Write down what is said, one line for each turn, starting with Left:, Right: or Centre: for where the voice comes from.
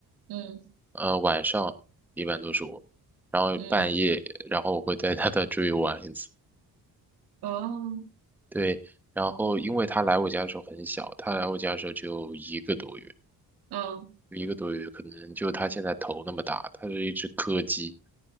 Right: 嗯
Centre: 呃，晚上一般都是我，然后半夜，
Right: 嗯，
Centre: 然后我会带它再出去玩一次。
Right: 哦，
Centre: 对，然后因为它来我家的时候很小，它来我家的时候只有一个多月，
Right: 嗯
Centre: 一个多月可能就它现在头那么大，它是一只柯基，